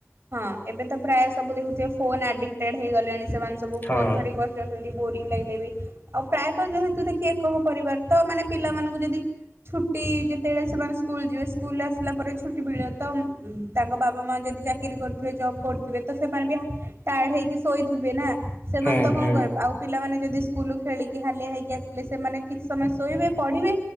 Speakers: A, on the right; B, on the left.
A: ହଁ ଏବେ ତ ପ୍ରାୟ ସବୁ ଦେଖୁଥିବେ ଫୋନ ଆଡିକଟେଡ ହେଇଗଲେଣି ସେମାନେ ସବୁ
B: ହଁ
A: ଫୋନ ଧରିକି ବସି ଅଛନ୍ତି। ବୋରିଂ ଲାଗେ ବି ଆଉ ପ୍ରାୟତଃ ଯେହେତୁ ଦେଖି ଏକ ପରିବାର ତ ମାନେ ପିଲାମାନଙ୍କୁ ଯଦି ଛୁଟି ଯେତେବେଳେ ସେମାନେ ସ୍କୁଲ ଯିବେ ସ୍କୁଲ ଆସିଲା ପରେଛୁ ମିଳେ ତ ତାଙ୍କ ବାବା ମା ଯଦି ଚାକିରରି କରିଥିବେ ଜବ୍ କରୁଥିବେ ତ ସେମାନେ ବି ଟାୟାର୍ଡ ହେଇକି ଶୋଇଥିବେ ନା ସେମାନେ
B: ହୁଁ
A: ତ
B: ହୁଁ
A: କଣ କରହିବେ ଆଉ ପିଲାମାନେ ଯଦି। ସ୍କୁଲ ଖେଳିକି ହାଲିଆ ହୋଇକି ଆସିଲେ ସେମାନେ କିଛି ସମୟ ଶୋଇବେ ପଢ଼ିବେ।